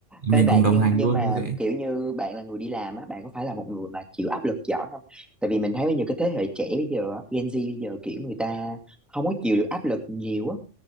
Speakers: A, on the right; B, in the centre.
A: mình
B: Ê bạn
A: cùng đồng
B: nhưng
A: hành
B: nhưng
A: luôn
B: mà
A: như vậy
B: kiểu như bạn là người đi làm á, bạn có phải là một người mà chịu áp lực giỏi không? Tại vì mình thấy bây giờ cái thế hệ trẻ bây giờ, á, Gen Z bây giờ kiểu người ta không có chịu được áp lực nhiều á,